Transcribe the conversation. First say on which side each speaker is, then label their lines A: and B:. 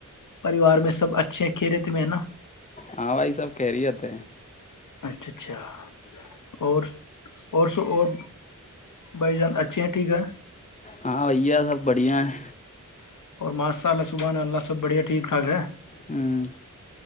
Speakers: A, on the left (about 75°); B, on the left (about 25°).
A: پریوار میں سب اچھے ہیں کھی رہتے میں ہے نا
B: ہاں بائی سب کہریی تھ
A: اچھا اچھا اور اور سو اور بائی جانس اچھے ہیں ٹھیک ہے
B: ہاں ا ہے سب بڑیا ہیں
A: <inaudible>
B: ہوں